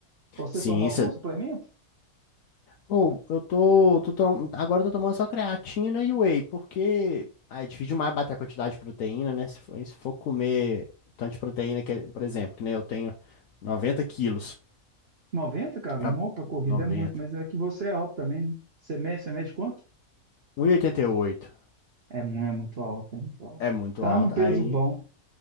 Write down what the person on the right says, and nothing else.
Você
toma algum suplemento?
90, cara?
Não, para corrida
é muito, mas é que você é alto também, né? Você mede, você mede quanto?
É, mu- é muito alto, é muito alto.
Tá
no peso
bom.